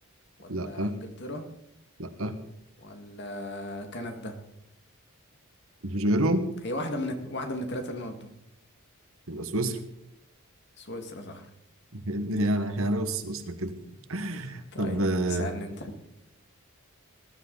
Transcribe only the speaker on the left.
ولا
انجلترا
ولا كندا
هي واحدة من واحدة من الثلاثة اللي انا قلتهم
سويسرا صح
طيب
اسألني انت